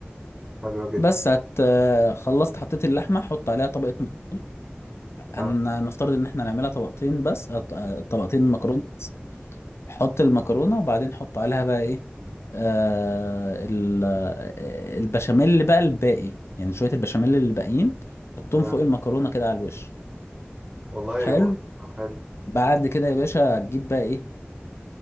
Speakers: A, on the right; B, on the left.
A: حلو جدا
B: بس هت آه، خلصت حطيت اللحمه حط عليها طبقه مكرونه
A: اه
B: هن- هنفترض ان احنا هنعملها طبقتين بس أو ط- آه، طبقتين مكرونه بس حط المكرونه وبعدين حط عليها بقى ايه آه ال- آه، البشاميل اللي بقى الباقي يعني شويه البشاميل اللي باقيين حطهم
A: تمام
B: فوق المكرونه كده على الوش
A: والله
B: حلو
A: و... حلو
B: بعد كده يا باشا هتجيب بقى ايه